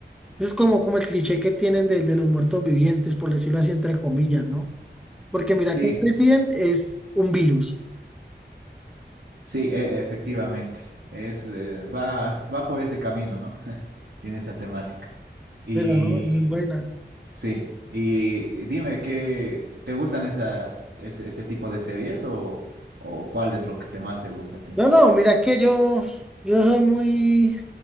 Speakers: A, in the centre; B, on the right.
A: Es como, como el cliché que tienen de, de los muertos vivientes, por decirlo así, entre comillas, ¿no? Porque mira
B: Sí,
A: que el presidente es un virus,
B: sí, e- efectivamente. Es, eh, va, va por ese camino, ¿no? <laughs> Tiene esa temática. Y
A: pero no, muy buena.
B: sí, y dime, ¿qué te gustan esas, ese, ese tipo de series o, o cuál es lo que te más te gusta a ti?
A: No, no, mira que yo, yo soy muy,